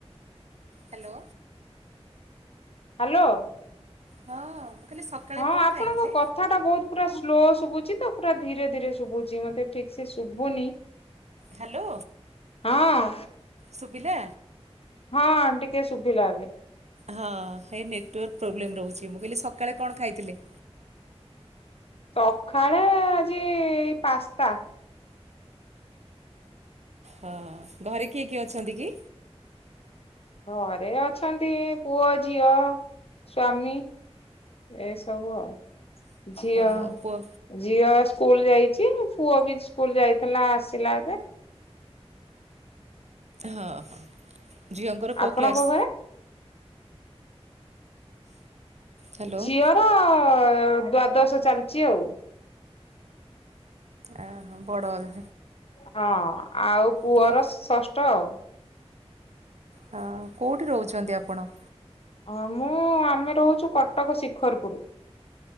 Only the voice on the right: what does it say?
ହ୍ୟାଲୋ।
ହଁ ମୁଁ କହିଲି ସକାଳେ
କଣ
ଖାଇଥିଲେ?
ହ୍ୟାଲୋ
ଶୁଭିଲା?
ହଁ ହେଇ ନେଟୱାର୍କ ପ୍ରୋବ୍ଲେମ୍ ରହୁଛି ମୁଁ କହିଲି ସକାଳେ କଣ ଖାଇଥିଲେ?
ହଁ ଘରେ କିଏ କିଏ ଅଛନ୍ତି କି?
ହଁ ପୁଅ
ହଁ ହଁ ଝିଅଙ୍କର
କଉ କ୍ଲାସ?
ହ୍ୟାଲୋ
ଓ ହ ବଡ଼ ବୋଧେ
ପୁଅ
ହଁ କୋଉଠି ରହୁଚନ୍ତି ଆପଣ?